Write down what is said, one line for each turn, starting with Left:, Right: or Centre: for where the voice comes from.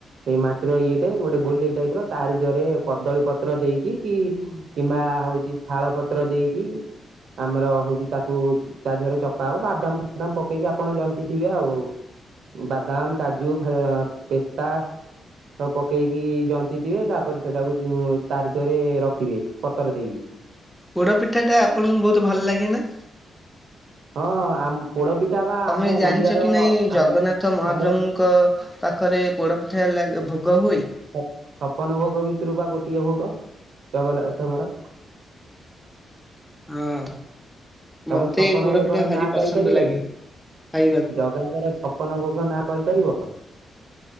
Right: ସେଇ ମାଟିର ଇଏରେ ଗୋଟେ ଗୋଲେଇ ଟାଇପ ର ତାରି ଜରେ କଦଳୀ ପତ୍ର ଦେଇକି କି କିମ୍ବା ହଉଛି ଶାଳ ପତ୍ର ଦେଇକି ଆମର ହଉଛି ତାକୁ ତା ଦେହରେ ଚପା ହବ ବାଦାମ ଫାଡାମ ପକେଇକି ଆପଣ ଜନ୍ତି ଥିବେ ଆଉ। ବାଦାମ କାଜୁ ଫାଲ- ପେସ୍ତା। ସବୁ ପକେଇକି ଜନ୍ତି ଥିବେ ତାପରେ ସେଟାକୁ ଯୋ ତାରିଦିହରେ ରଖିବେ ପତର ଦେଇକି।
Centre: ପୋଡପିଠା ଟା ଆପଣଙ୍କୁ ବହୁତ ଭଲ ଲାଗେ ନା?
Right: ହଁ ଆମ ପୋଡ ପିଠା ବା
Centre: ତମେ
Right: ଆମ
Centre: ଜାଣିଛ
Right: ଓଡିଆର
Centre: କି ନାଇଁ
Right: ଆମ
Centre: ଜଗନ୍ନାଥ ମହାପ୍ରଭୁଙ୍କ
Right: ଆମ
Centre: ପାଖରେ ପୋଡପିଠା ଲାଗ ଭୋଗ ହୁଏ।
Right: ଛା ଛପନ ଭୋଗ ଭିତରୁ ବା ଗୋଟିଏ ଭୋଗ ଜଗନ୍ନାଥଙ୍କର।
Centre: ହଁ।
Right: ତମେ
Centre: ମତେ
Right: ଛପନ
Centre: ପୋଡପିଠା
Right: ଭୋଗର
Centre: ଭାରି
Right: ନାଁ
Centre: ପସନ୍ଦ
Right: କହିପାରିବ
Centre: ଲାଗେ
Right: କି?
Centre: ଖାଇବାକୁ।
Right: ଜଗାଙ୍କର ଛପ- ପନ ଭୋଗ ନାଁ କହିପାରିବ?